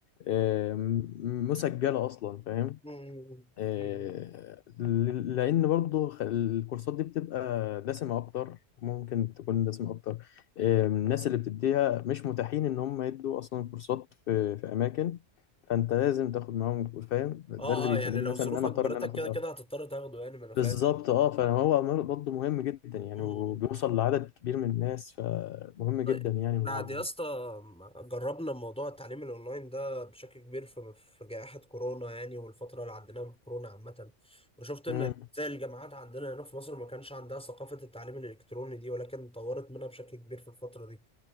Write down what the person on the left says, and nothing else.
آه، م- مسجلة اصلا فاهم
آه،
ل- لان برضو خ- الكورسات دي بتبقى دسمه اكتر ممكن تكون دسمه اكتر آه، الناس اللي بتديها مش متاحين ان هم يدوا اصلا كورسات في في اماكن فانت لازم تاخد معاهم كورس، فاهم ده
اللي بيخليني
مثلا
ان انا اضطر
ان انا اخد
اه
بالظبط اه فهو مر- برضه مهم جدا يعني
وبيوصل لعدد كبير من الناس فمهم جدا
يعني
مع-
مم.